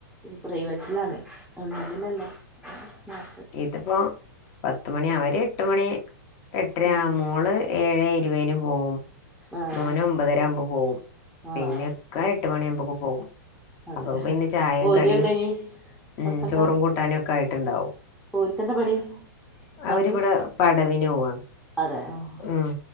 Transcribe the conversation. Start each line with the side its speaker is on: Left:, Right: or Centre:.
Centre: പ്രൈവറ്റ്ലാണ്. ഗവണ്മെന്റിലല്ല കൊർച് നാർ
Left: എപ്പോ പത്തുമണി അവര് എട്ട് മണി എട്ടര
Centre: ഉം
Left: മോള് ഏഴേ ഇരുവേന് പോവും.
Centre: ആഹ്
Left: മോന് ഒമ്പതരകുമ്പോ പോവും. പിന്നെ
Centre: ആഹ്
Left: ഇക്ക എട്ട് മണിയാവുമ്പോക്ക് പോവും.
Centre: അതെ
Left: അപ്പൊക്ക് പിന്നെ ചായിം
Centre: ഓര്
Left: കടിയും
Centre: എവിടെനി
Left: ഉം
Centre: ഓർക്കെന്താ
Left: ചോറും കൂട്ടാനൊക്കായിട്ട്ണ്ടാവും.
Centre: ഓര്ക്കെന്താ പണി ഉപ്പാക്ക്
Left: അവര്വിടെ പടവിനോവാണ്.
Centre: അതെ ആഹ്
Left: ഉം